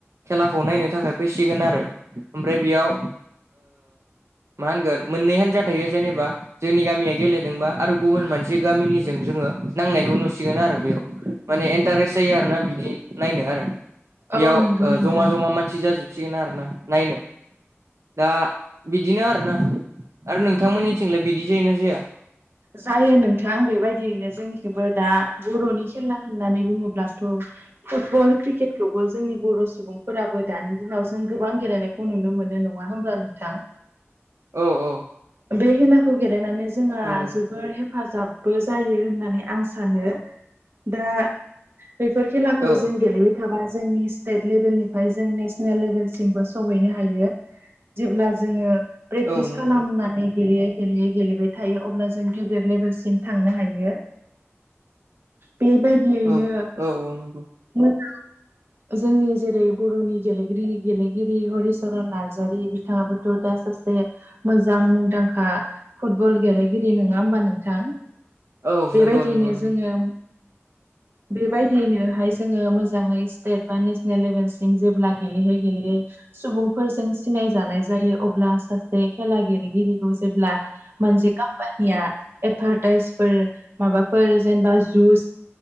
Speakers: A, on the right (about 75°); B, on the right (about 55°).
A: खेलाखौ नायनो थाखाय फैसिगोन आरो ओमफ्राय बेयाव मा होनगोन मोननै हानजा थायो जेनेबा जोंनि गामिया गेलेदोंबा आरो गुबुन मोनसे गामिनिजों जोङो नांनायखौ नुसिगोन आरो बेयाव माने इन्टारेस्ट जायो आरो ना बिदि नायनो आरो बेयाव
B: औ नंगौ नोंथां
A: जमा जमा मानसि जाजोबसिगोन आरोना नायनो दा बिदिनो आरोना आरो नोंथांमोननिथिंलाय बिदि जायो ना जाया
B: जायो नोंथां बेबायदियैनो जोंनिखौबो दा बर'नि खेला होननानै बुङोब्लाथ' फुटबल क्रिकेटखौबो जोंनि बर' सुबुंफोराबो दानि दिनाव जों गोबां गेलेनाय खौ नुनो मोनो नङा होमब्ला नोंथां
A: औ औ
B: बे खेलाखौ गेलेनानै जोंहा
A: नंगौ
B: जोबोद जोबोर हेफाजाबबो जायो होननानै आं सानो दा बेफोर खेलाखौ
A: औ
B: जों गेले बाय थाबा जोंनि स्टेट लेभेलनिफ्राय जों नेसनेल लेभेलसिमबो सहैनो हायो जेब्ला जोङो प्रेक्टिस
A: औ नंगौ
B: खालामनानै गेलेयै गेलेयै गेलेबाय थायो अब्ला जों गेदेर लेभेलसिम थांनो हायो
A: <inaudible>
B: बेबायदियैनो
A: औ औ औ नंगौ
B: मोजां जोंनि जेरै बर'नि गेलेगिरि गेलेगिरि हरिचरन नार्जारि बिथाङाबोथ' दा सासे मोजां मुं मुंदांखा फुटबल गेलेगिरि नङा होमबा नोंथां
A: औ
B: बेबायदियैनो
A: नंगौ नंगौ नंगौ
B: जोङो
A: <inaudible>
B: बेबायदियैनोहाय जोङो मोजाङै स्टेट बा नेसनेल लेभेलसिम जेब्ला गेलेयै गेलेयै सुबुंफोरजों सिनायजानाय जायो अब्ला सासे खेला गेलेगिरिखौ जेब्ला मोनसे कम्पानिया एदभारटाइसफोर माबाफोर जेनेबा जुस